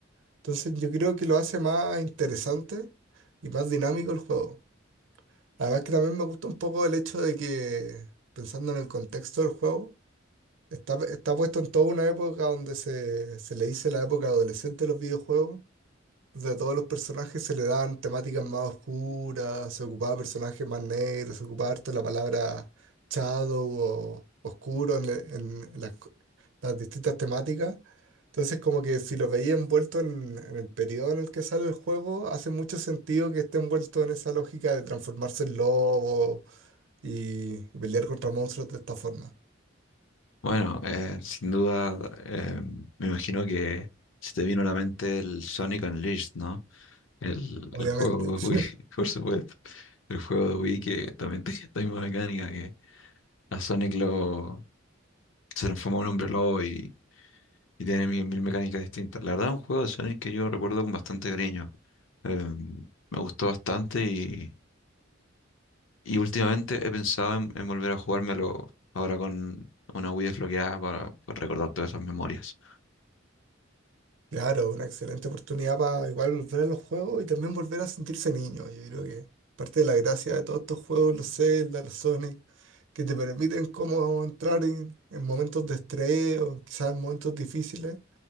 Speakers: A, on the right; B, on the left.
A: Entonces yo creo que lo hace más interesante y más dinámico el juego. Además que también me gusta un poco el hecho de que, pensando en el contexto del juego, está, está puesto en toda una época donde se, se le dice la época adolescente de los videojuegos entonces a todos los personajes se le dan temáticas más oscuras, se ocupaba personajes más negros, se ocupaba harto la palabra shadow o oscuro en, le- en las, co- las distintas temáticas. Entonces como que si los veía envuelto en, en el periodo en el que sale el juego, hace mucho sentido que esté envuelto en esa lógica de transformarse en lobo y pelear contra monstruos de esta forma,
B: Bueno, eh, sin duda, eh, me imagino que se te vino a la mente el Sonic Unleashed, ¿no? El,
A: obviamente.
B: el juego de Wii,
A: <laughs>
B: <laughs> por supuesto. El juego de Wii que también <laughs> tiene esta misma mecánica que a Sonic lo se transforma en un hombre lobo y, Y tiene mil, mil mecánicas distintas. La verdad, es un juego de Sonic que yo recuerdo con bastante cariño. Eh, me gustó bastante y, y últimamente he pensado en, en volver a jugármelo ahora con una Wii desbloqueada para, para recordar todas esas memorias.
A: Claro, una excelente oportunidad para igual volver a los juegos y también volver a sentirse niño. Yo creo que parte de la gracia de todos estos juegos, los Zelda, los Sonic, que te permiten como entrar en, en momentos de estrés o quizás en momentos difíciles,